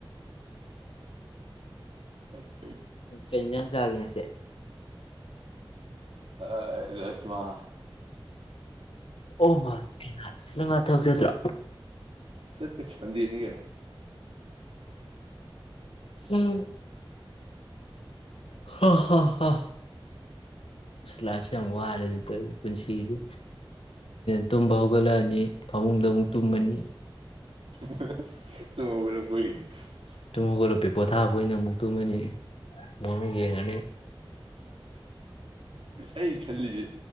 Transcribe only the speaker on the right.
ꯑ
ꯑ ꯔꯖꯃꯥ
ꯁ ꯄ ꯁꯨꯟꯗꯦ ꯀꯩ
ꯅꯒꯂꯄ <unintelligible>
ꯑꯩ ꯈꯜꯂꯤꯁꯦ